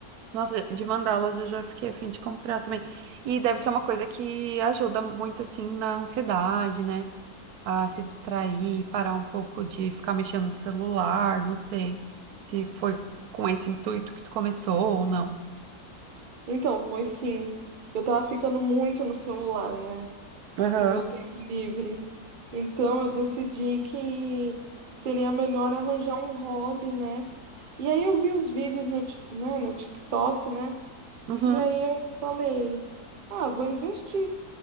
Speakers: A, on the right; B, on the right.
A: Nossa, de mandalas eu já fiquei a fim de comprar também. E deve ser uma coisa que ajuda muito, assim, na ansiedade, né? A se distrair, parar um pouco de ficar mexendo no celular, não sei se foi com esse intuito que tu começou ou não.
B: Então, foi sim. Eu tava ficando muito no celular, né?
A: Aham.
B: No meu tempo livre. Então, eu decidi que seria melhor arranjar um hobby, né? E aí eu vi os vídeos no, Ti- né, no TikTok, né?
A: Uhum,
B: E aí eu falei, ah, vou investir.